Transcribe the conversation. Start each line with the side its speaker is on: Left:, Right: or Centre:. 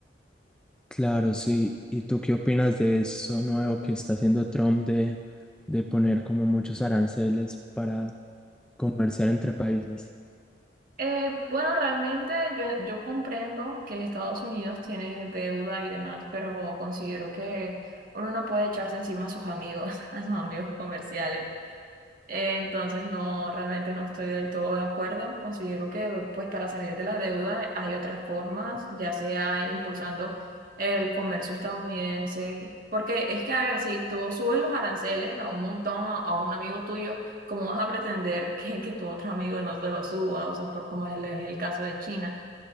Centre: Claro, sí. ¿Y tú qué opinas de eso nuevo que está haciendo Trump de, de poner como muchos aranceles para comerciar entre países?
Right: Eh, bueno, realmente yo, yo comprendo que Estados Unidos tiene deuda y demás, pero considero que uno no puede echarse encima a sus amigos, <laughs> a sus amigos comerciales. Entonces, no, realmente no estoy del todo de acuerdo. Considero que pues para salir de la deuda hay otras formas, ya sea impulsando el comercio estadounidense. Porque es que, a ver, si tú subes los aranceles a un montón, a, a un amigo tuyo, ¿cómo vas a pretender <laughs> que, que tu otro amigo no te lo suba? O sea, por como es el, es el caso de China.